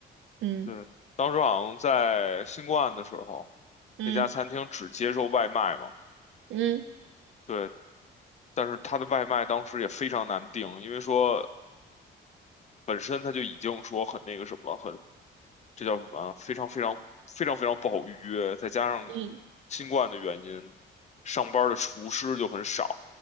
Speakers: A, on the right (about 75°); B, on the left (about 35°).
A: 嗯
B: 对，当时好像在新冠的时候，
A: 嗯
B: 那家餐厅只接受外卖嘛。
A: 嗯
B: 对，但是它的外卖当时也非常难订，因为说本身它就已经说很那个什么，很这叫什么啊，非常非常非常非常不好预约，再加上
A: 嗯，
B: 新冠的原因，上班的厨师就很少，